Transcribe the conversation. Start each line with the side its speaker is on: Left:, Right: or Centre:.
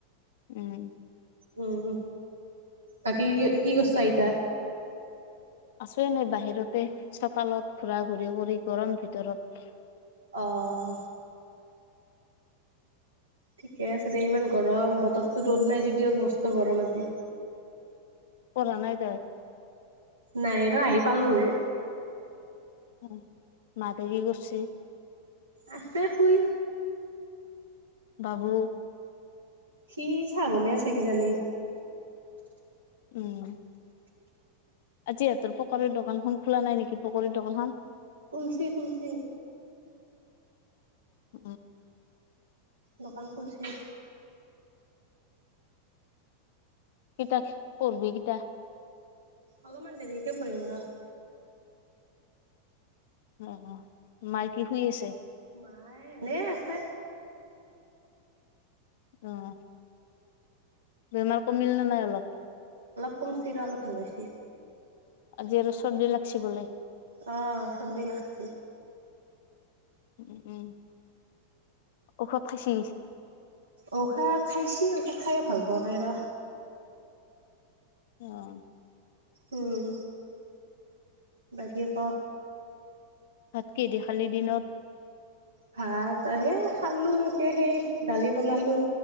Left: উম।
Right: উম। বাকী কি কি কৰিছা ইতয়া?
Left: আছো, এনেই বাহিৰতে চতালত ঘুৰা-ঘূৰি কৰি গৰম ভিতৰত।
Right: অহ। ঠিকে আছে দে, ইমান গৰম বতৰতো ৰ'দ নাই যদিও মস্ত গৰম আজি।
Left: পঢ় নাই যায়?
Right: নাই ৰ আহি পালো হে।
Left: উম মা হঁতে কি কৰছে?
Right: আছে শুই।
Left: বাবু?
Right: সি চাহ বনাই আছে, কিজানি।
Left: উম'। আজি ইহঁতৰ পকৰীৰ দোকান খন খোলা নাই নেকি? পকৰীৰ দোকানখন?
Right: খুলিছে, খুলিছে।
Left: উম।
Right: দোকান খুলিছি।
Left: কিতাপ পঢ়িবি কেতিয়া?
Right: অলপমান দেৰিকে পঢ়িম ৰ।
Left: অ, মাই কি শুই আছে?
Right: মাই, এনে আছে।
Left: আহ। বেমাৰ কমিল নে নাই অলপ?
Right: কমচি আৰু অলপ ভাল পাইছে।
Left: আজি আৰু চৰ্দি লাগছে বলে।
Right: আহ, চৰ্দি লাগছে।
Left: উম, উম। ঔষধ খাইছি
Right: ঔষধ খাইছি। ত খাইে ভাল পাওঁ নাই ৰ।
Left: আহ।
Right: উম, বাকী ক
Left: ভাত কিদি খালি দিনত?
Right: ভাত এ খালোঁ এনেকে সেই দালি বনালোঁ